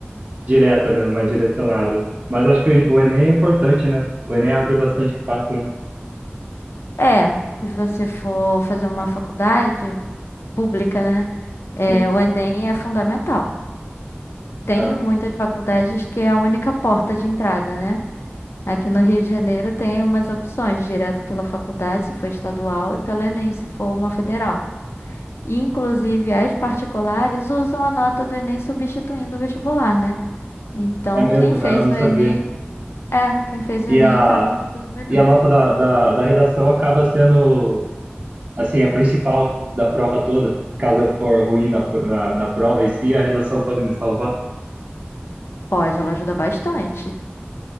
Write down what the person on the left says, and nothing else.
É, se você for fazer uma
faculdade pública, né? é,
o Enem é fundamental. Tem
muitas faculdades que é a única porta de entrada, né? Aqui no Rio de Janeiro tem umas opções, direto pela faculdade, se for estadual, e pelo Enem, se for uma federal. E, inclusive, as particulares usam a nota do Enem substituindo o vestibular, né? Então,
quem fez
o
Enem, é, quem fez o
Enem
acaba sendo melhor.
Pode, ela ajuda bastante.